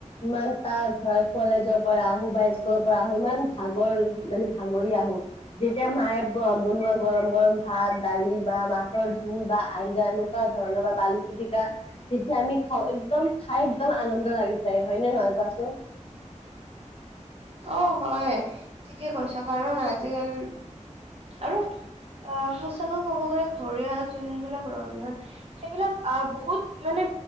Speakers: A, on the left; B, on the right.
A: ইমান তাৰ ধ কলেজৰ পৰা আহো বা স্কুলৰ পৰা আহো ইমান ভাগৰ মানে ভাগৰি আহো। যেতিয়া মায়ে বনোৱা গৰম গৰম ভাত দালি বা মাছৰ জোল বা আঞ্জা এনেকুৱা ধৰণৰ -- ধৰা বা বালু পিটিকা যেতিয়া আমি খাই একদম খাই একদম আনন্দ লাগি যায় হয়নে নহয় কোৱাচোন?
B: অ হয় ঠিকে কৈছ কাৰণ আজিকালি আৰু অ সঁচাকৈ ক'ব গ'লে ঘৰৱা যোনবিলাক ৰন্ধন সেইবিলাক আহ বহুত মানে